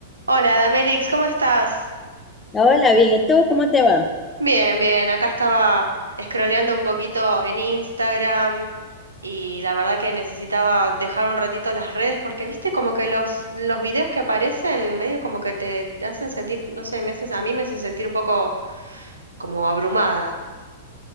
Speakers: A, on the right (about 80°); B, on the left (about 15°).
A: Hola, Damelix, ¿cómo estás?
B: Hola, bien. ¿Y tú cómo te va?
A: Bien, bien, acá estaba scrolleando un poquito en Instagram y la verdad que necesitaba dejar un ratito las redes porque viste como que los, los videos que aparecen medio como que te, te hacen sentir, no sé, me haces, a mí me hacen sentir un poco como abrumada.